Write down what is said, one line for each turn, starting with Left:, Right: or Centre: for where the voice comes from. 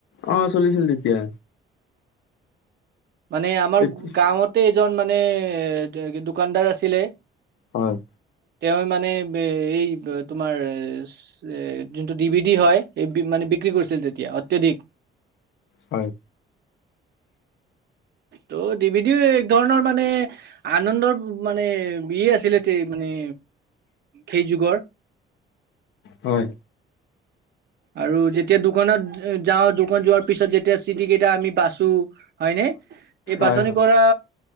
Left: অঁ চলিছিল তেতিয়া।
Right: মানে আমাৰ
Left: তেতি
Right: গাঁৱতে এজন মানে এ দোকানদাৰ আছিলে।
Left: হয়।
Right: তেওঁ মানে এই তোমাৰ এ যোনটো ডিভিদি হয় এই বি মানে বিক্ৰী কৰিছিল তেতিয়া অত্যাধিক।
Left: হয়।
Right: ত' ডিভিদিও এক ধৰণৰ মানে আনন্দৰ মানে ইয়ে আছিলে তে মানে সেই যুগৰ।
Left: হয়।
Right: আৰু যেতিয়া দোকানত যাওঁ দোকান যোৱাৰ পিছত যেতিয়া চিডি কেইটা আমি বাছো। হয় নে এই
Left: হয়
Right: বাছনি
Left: হয়
Right: কৰা